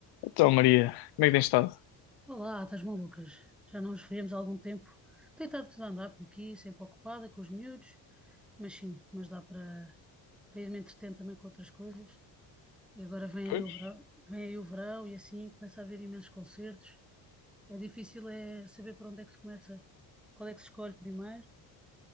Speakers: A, on the left (about 70°); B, in the centre.
A: Então, Maria, como é que tens estado?
B: Olá, estás malucas? Já não nos vemos há algum tempo. Tenho estado tudo a andar por aqui, sempre ocupada com os miúdos, mas sim, mas dá para, para ir me entretendo também com outras coisas. E agora vem
A: Pois.
B: aí o verão, vem aí o verão e assim começa a haver imensos concertos. É difícil é saber para onde é que se começa, qual é que se escolhe primeiro,